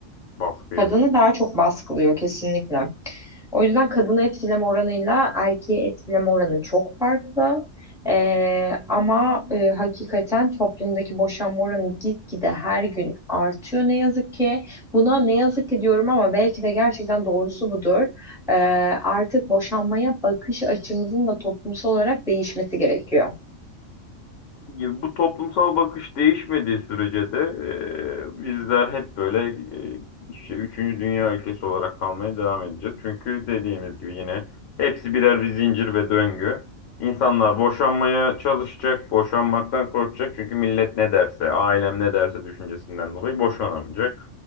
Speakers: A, on the left; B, in the centre.
A: baskıyı
B: Kadını daha çok baskılıyor kesinlikle. O yüzden kadını etkileme oranıyla erkeği etkileme oranı çok farklı. Ee, ama e, hakikaten toplumdaki boşanma oranı gitgide her gün artıyor ne yazık ki. Buna ne yazık ki diyorum ama belki de gerçekten doğrusu budur. Ee, artık boşanmaya bakış açımızın da toplumsal olarak değişmesi gerekiyor.
A: gibi bu toplumsal bakış değişmediği sürece de e, bizler hep böyle e, işte üçüncü dünya ülkesi olarak kalmaya devam edeceğiz. Çünkü dediğimiz gibi yine hepsi birer bir zincir ve döngü. İnsanlar boşanmaya çalışacak, boşanmaktan korkacak. Çünkü millet ne derse, ailem ne derse düşüncesinden dolayı boşanamayacak.